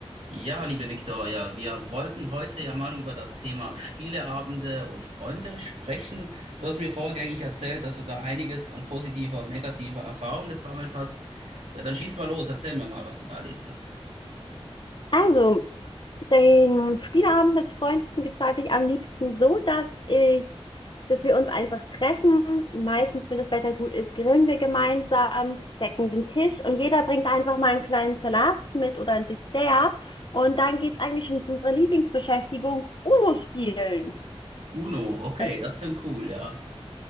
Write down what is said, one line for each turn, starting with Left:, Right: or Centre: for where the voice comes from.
Right: Ja, liebe Viktoria, wir wollten heute ja mal über das Thema Spieleabende und Freunde sprechen. Du hast mir vorgängig erzählt, dass du da einiges an positiver und negativer Erfahrung gesammelt hast. Ja, dann schieß mal los, erzähl mir mal, was du da erlebt hast.
Left: Also, den Spieleabend mit Freunden gestalte ich am liebsten so, dass ich, dass wir uns einfach treffen. Meistens, wenn das Wetter gut ist, grillen wir gemeinsam, decken den Tisch und jeder bringt einfach mal einen kleinen Salat mit oder ein Dessert. Und dann geht's eigentlich schon zu unserer Lieblingsbeschäftigung, Uno spielen.
Right: Uno, okay,
Left: Äh,
Right: das klingt cool, ja.